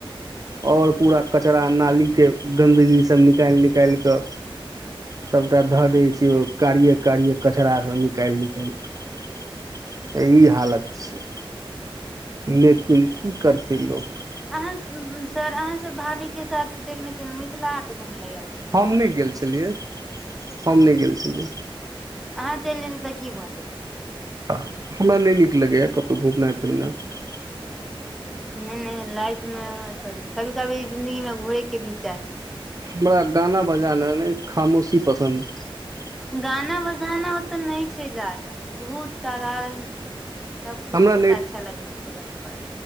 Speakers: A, on the right (about 40°); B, in the centre.
A: ओर पूरा कचरा नाली के गन्दगी सब निकाइल निकाइल तऽ सभटा धऽ दै छैिय ओ कारिए कारिए कचड़ासँ निकालि निकालि कऽ एहि ई हालत छिय लेक की करतै लोक
B: अहाँ सर आहाँ सब भाभी के साथ देखने छलु मिथिला हाट घुमे लऽ छै की
A: हम नहि गेल छलियै हम नहि गेल छलियै
B: अहाँ चलि जेतै तऽ की भऽ जेतै
A: आ हमरा नहि नीक लगैए कतहु घुमनाइ फिरनाइ
B: नहि नहि लाइफ मे सॉरी कभी कभी जिंन्दगी मे घोरे के भी चाही
A: हमरा गाना बजाना नहि खामोशी पसन्द छै
B: गाना बजाना ओतऽ नहि छै ज्यादा बहुत साधारण सबकुछु
A: छै। हमरा
B: बहुत अच्छा लगत गेला के बाद